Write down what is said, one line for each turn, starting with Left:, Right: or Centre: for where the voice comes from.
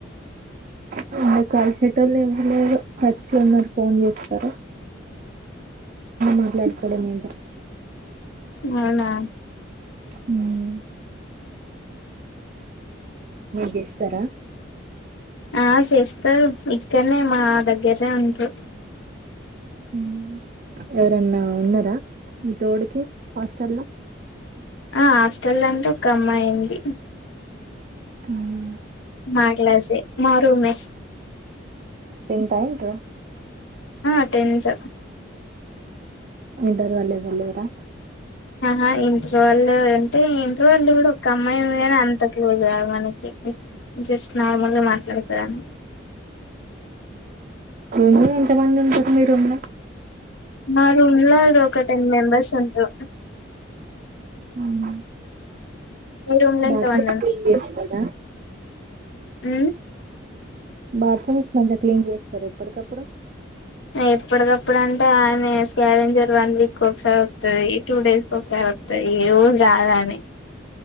Right: అ వాళ్ళు కలిసేటోళ్ళు ఐతే ఖచ్చితం గా నాకు ఫోన్ చేస్తారు మాట్లాడిత్త <inaudible>
Left: అవునా
Right: హ్మ్మ్ మీర్ చేస్తారా
Left: ఆ చేస్తారు ఇక్కనే మా దగ్గరే ఉంటారు
Right: మ్మ్ ఎవరన్నా ఉన్నారా నీ తోడికి హాస్టల్ లో
Left: ఆ హాస్టల్ అంటే ఒక అమ్మాయి ఉంది
Right: హ్మ్మ్
Left: మా క్లాసే మా రూమే
Right: టెంతా, ఇంటరా
Left: ఆ టెన్త్
Right: మీ <unintelligible> వాళ్ళు ఎవరు లేరా
Left: ఆహా ఇంటిలో వాళ్ళు అంటే ఇంటి వాళ్ళు కూడా ఒక అమ్మాయి ఉంది కానీ అంత క్లోజ్ కాదు మనకి జస్ట్ నార్మల్గా మాట్లాడతారని
Right: ఏంది అంత మంది ఉన్నారు మీ రూమ్ లో
Left: మా రూమ్ లో ఒక టెన్ మెంబెర్స్ ఉంటారు
Right: ఉమ్
Left: మీ రూమ్ లో
Right: బాత్రూమ్
Left: ఎంత మంది
Right: క్లీన్ చేస్తాదా
Left: ఊ
Right: బాత్రూమ్స్ మంచిగా క్లీన్ చేస్తారా ఎప్పటికప్పుడు
Left: ఎప్పటికప్పుడు అంటే ఆమె స్కావెంజర్ వన్ వీక్ ఒకసారి వస్తది టూ డేస్కి ఒకసారి వస్తది ఈ రోజు రాదామె